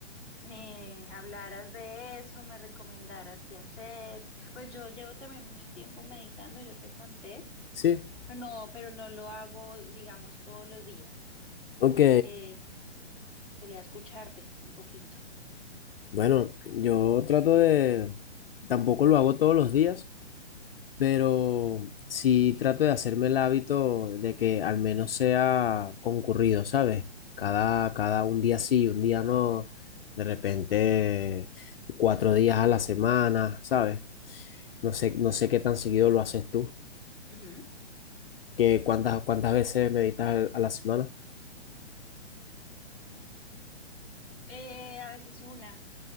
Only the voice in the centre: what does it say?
me hablaras de eso, me recomendaras qué hacer. Pues yo llevo también mucho tiempo meditando, yo te conté.
No, pero no lo hago, digamos, todos los días.
Eh, quería escucharte un poquito.
Ujú.
Eh, a veces una,